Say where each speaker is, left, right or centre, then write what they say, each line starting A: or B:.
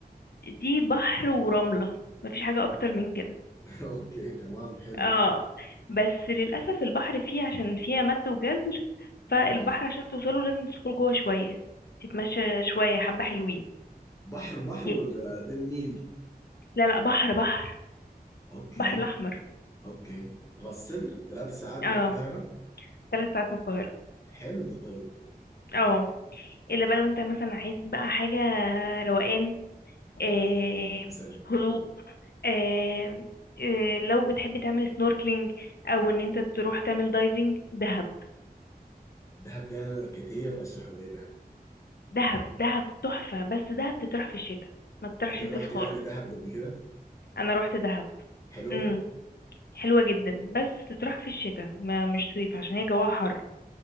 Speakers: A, on the left; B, on the left.
A: دي بحر ورملة مفيش حاجة اكتر من كده
B: <laughs> اوكي تمام حلو
A: اه بس للأسف البحر فيه عشان فيها مد وجزر فالبحر
B: آه.
A: عشان توصله لازم تدخل جوه شوية تتمشى شوية حبة حلوين
B: بحر بحر
A: ي-
B: ولا ده النيل
A: لا لا بحر بحر
B: اوكي
A: بحر الأحمر
B: اوكي راس سدر ثلاث ساعات من
A: اه
B: القاهرة
A: ثلاث ساعات من القاهرة
B: حلو دي طيب
A: اه إلا بقى لو انت مثلا عايز بقى حاجة روقان آه
B: آه. مثلا
A: هدوء آه آه لو بتحب تعمل سنوركلينج أو إن انت تروح تعمل دايفنج دهب
B: دهب ده انا كتير رشحوا لي دهب
A: دهب دهب تحفة بس دهب تطرح في الشتاء ما تطرحش
B: انت رحت
A: صيف خالص
B: يعني دهب قبل كده
A: انا روحت دهب
B: حلوة
A: امم حلوة جدا بس تطرح في الشتاء ما مش صيف عشان هي جواها حر